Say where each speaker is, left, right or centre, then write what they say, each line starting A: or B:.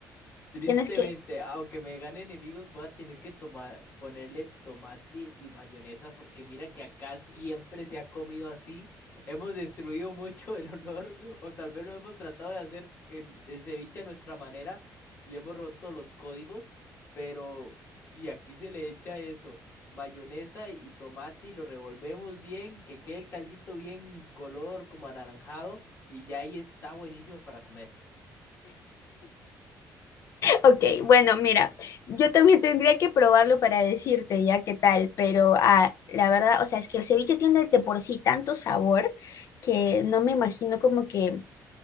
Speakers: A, on the left; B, on the left.
A: Tristemente,
B: Tienes que...
A: aunque me gane enemigos, voy a tener que tomar, ponerle tomate y mayonesa porque mira que acá siempre se ha comido así. Hemos destruido mucho el honor o tal vez lo hemos tratado de hacer el, el ceviche a nuestra manera y hemos roto los códigos, pero si aquí se le echa eso, mayonesa y tomate y lo revolvemos bien, que quede el caldito bien color como anaranjado y ya ahí está buenísimo para comer.
B: Ok, bueno, mira, yo también tendría que probarlo para decirte ya qué tal, pero ah, la verdad, o sea, es que el ceviche tiene de por sí tanto sabor que no me imagino como que